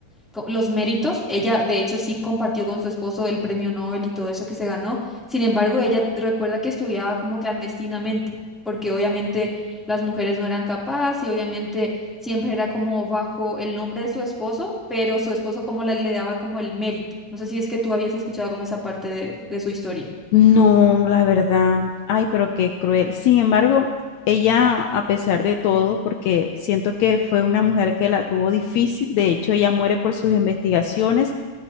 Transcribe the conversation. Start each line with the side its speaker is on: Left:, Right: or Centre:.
Centre: co- los méritos. Ella, de hecho, sí compartió con su esposo el premio Nobel y todo eso que se ganó. Sin embargo, ella recuerda que estudiaba como clandestinamente, porque obviamente las mujeres no eran capaces y obviamente siempre era como bajo el nombre de su esposo, pero su esposo como la- le daba como el mérito. No sé si es que tú habías escuchado como esa parte de, de su historia.
Left: no, la verdad, ay, pero qué cruel. Sin embargo, ella, a pesar de todo, porque siento que fue una mujer que la tuvo difícil, de hecho, ella muere por sus investigaciones